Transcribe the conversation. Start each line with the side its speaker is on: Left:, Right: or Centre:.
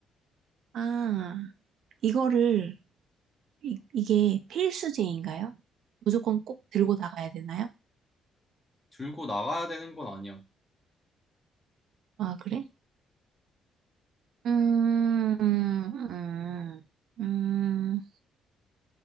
Right: 아, 이거를 이, 이게 필수제인가요? 무조건 꼭 들고 나가야 되나요?
Left: 들고 나가야 되는 건 아니야.
Right: 아, 그래? 음, 음, 음,